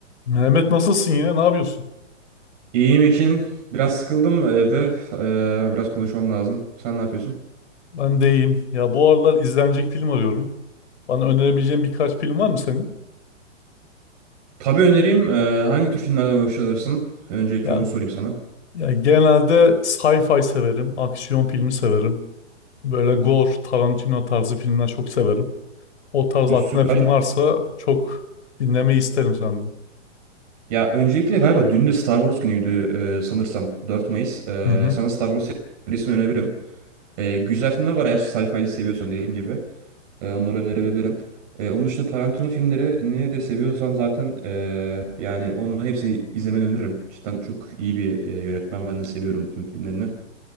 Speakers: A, on the left; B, on the right.
A: Mehmet nasılsın ya? Ne yapıyorsun?
B: İyiyim Ekin. Biraz sıkıldım evde. Ee, biraz konuşmam lazım. Sen ne yapıyorsun?
A: Ben de iyiyim. Ya bu aralar izlenecek film arıyorum. Bana önerebileceğin birkaç film var mı senin?
B: Tabii önereyim. Ee, hangi tür filmlerden hoşlanırsın? Öncelikle
A: Ya,
B: onu sorayım sana.
A: ya genelde sci-fi severim, aksiyon filmi severim. Böyle gore, Tarantino tarzı filmler çok severim. O tarz aklına
B: Süper.
A: film varsa çok dinlemeyi isterim senden.
B: Ya öncelikle galiba dün de Star Wars günüydü e, sanırsam. 4 Mayıs. Ee,
A: Hı hı.
B: sana Star Wars serisini önerebilirim. Ee, güzel filmler var eğer sci-fi seviyorsan dediğim gibi. Ee, onları önerebilirim. Ee, onun dışında Tarantino filmlerini de seviyorsan zaten ee, yani onun hepsini izlemeni öneririm. Cidden çok iyi bir e, yönetmen. Ben de seviyorum tüm filmlerini.